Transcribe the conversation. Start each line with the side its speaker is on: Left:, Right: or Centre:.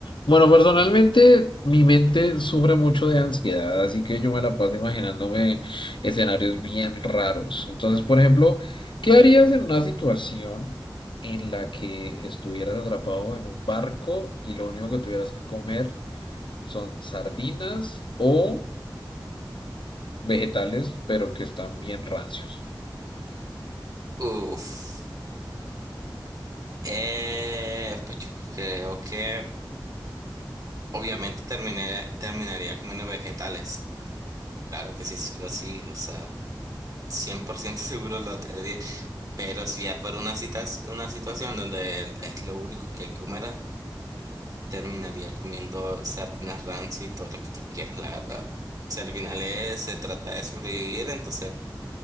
Left: Bueno, personalmente mi mente sufre mucho de ansiedad, así que yo me la paso imaginándome escenarios bien raros. Entonces, por ejemplo, ¿qué harías en una situación en la que estuvieras atrapado en un barco y lo único que tuvieras que comer son sardinas o vegetales, pero que están bien rancios?
Right: Uf. Eh, pues yo creo que obviamente terminé, terminaría comiendo vegetales. Claro que sí, sí o sí, o sea, 100% <laughs> seguro lo tendría. Pero si ya fuera una cita, una situación donde el- es lo único que hay que comer, ah, terminaría comiendo sardinas rancia y todo lo que tú quieras, la verdad. Si al final es- se trata de sobrevivir, entonces